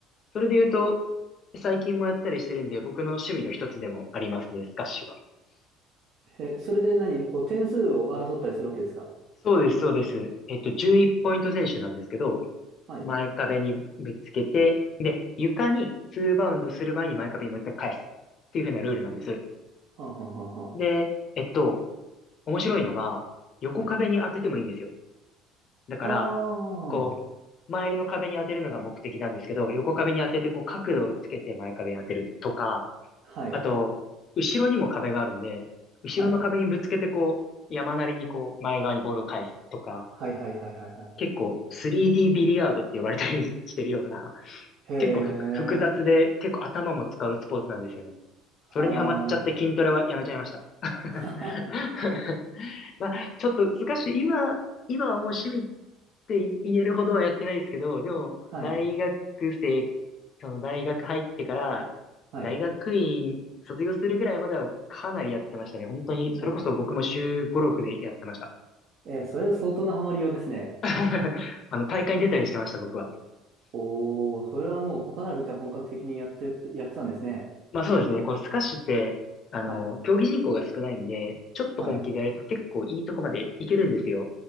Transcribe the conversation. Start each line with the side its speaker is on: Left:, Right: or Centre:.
Left: それで言うと、最近もやったりしてるんで、僕の趣味の一つでもありますね、スカッシュは。
Right: え、それで何こう点数を争ったりするわけですか
Left: そうです、そうです。えっと、11ポイント選手なんですけど、
Right: はい。
Left: 前壁にぶつけて、で、床に2バウンドする前に前壁にもう一回返すっていう風なルールなんです。
Right: なはんはんはんはん。
Left: で、えっと、面白いのが、横壁に当ててもいいんですよ。
Right: はい。
Left: だから、
Right: ああ。
Left: こう、前の壁に当てるのが目的なんですけど、横壁に当てて、こう、角度をつけて前壁に当てるとか、
Right: はい。
Left: あと、後ろにも壁があるんで、後ろの壁にぶつけて、
Right: はい。
Left: こう、山なりにこう、前側にボールを返すとか、
Right: はいはいはいはいはい。
Left: 結構 3D ビリヤードって呼ばれたりしてるような、
Right: へえ。
Left: 結構ふ複雑で、結構頭も使うスポーツなんですよね。それにハマっちゃって筋トレはやめちゃいました。
Right: ああ、なる。
Left: <laughs>
Right: <laughs>
Left: まあ、ちょっと難しい。今、今はもう趣味って言えるほどはやってないですけど、でも、
Right: はい。
Left: 大学生、その大学入ってから、
Right: はい。
Left: 大学院卒業するぐらいまではかなりやってましたね。本当に、それこそ僕も週五六でやってました。
Right: あえーそれ相当なハマりようですね。
Left: <laughs> あの、大会に出たりしてました、僕は。
Right: おお、それはもう他ならじゃあ本格的にやってるって、やってたんですね。
Left: まあそうですね。こう、スカッシュって、あの、
Right: はい。
Left: 競技人口が少ないんで、ちょっと本気でやると結構いいとこまでいけるんですよ。
Right: はい。